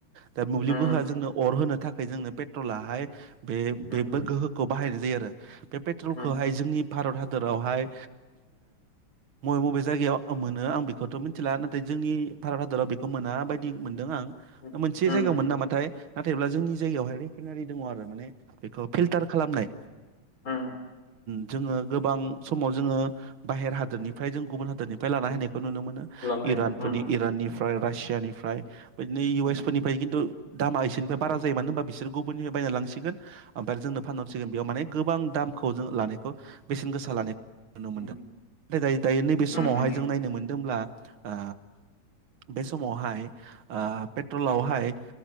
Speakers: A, on the right; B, on the left.
A: दा मोब्लिब
B: उम
A: गोहो जोंनो अर होनो थाखाय जोंनो पेट्रलाहाय बे
B: उम
A: गोहोखौ बाहायनाय जायो आरो बे पेट्रलखौहाय
B: उम
A: जोंनि। भारत हादरावहाय ओ मबे मबे जायगायाव मोनो आं बेखौथ' मिथिला नाथाय जोंनि भारत हादराव बेखौ मोना बायदि मोनदों आं।
B: उम
A: मोनसे जायगायाव
B: उम
A: मोनो नामाथाय नाथायब्ला जोंनि जायगायावहाय रिफाइनारि दङ आरो माने बेखौ फिलटार खालामनाय
B: लांनो
A: ओ। जोङो गोबां समाव जोङो बाहेर हादोरनिफ्राय जों गुबुन हादोरनिफ्राय लाना हैननाय खौ नुनो मोनो
B: हायो
A: इरान फोरनि
B: उम
A: इराननिफ्राय रासियानिफ्राय। बिदिनो इउ एसफोरनिफ्राय
B: उम
A: खिन्थु दामा एसेनिफ्राय
B: उम
A: बारा जायो मानो होनबा बिसोर गुबुननिफ्राय बायनानै लांसिगोन ओमफ्राय जोंनो फानहरसिगोन बेयाव माने गोबां दामखौ जों लानायखौ बेसेन गोसा लानायखौ नुनो मोनदों
B: उम
A: नाथाय दायो दायो नैबे
B: उम
A: समावहाय
B: उम
A: जों नायनो मोनदोंब्ला आ। बे समावहाय। पेट्रलावहाय